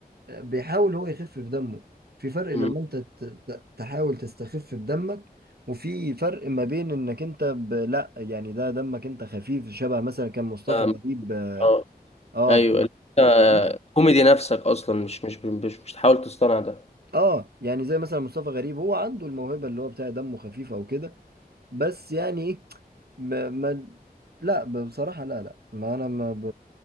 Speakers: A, on the right; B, on the left.
A: آه، بيحاول هو يخفف دمه في فرق
B: امم
A: لما انت ت... ت- تحاول تستخف بدمك وفي فرق ما بين انك انت ب... لا يعني ده دمك انت خفيف شبه مثلا كان مصطفى
B: اه
A: غريب اه
B: آه.
A: آه،
B: ايوه
A: ف...
B: انت
A: فاهمني؟
B: كوميدي نفسك اصلا مش مش مش, مش تحاول تصطنع ده
A: اه يعني زي مثلا مصطفى غريب هو عنده الموهبه اللي هو بتاع دمه خفيف او كده بس يعني ايه ما, ما لا ب- بصراحة لا لا ما انا ما ب...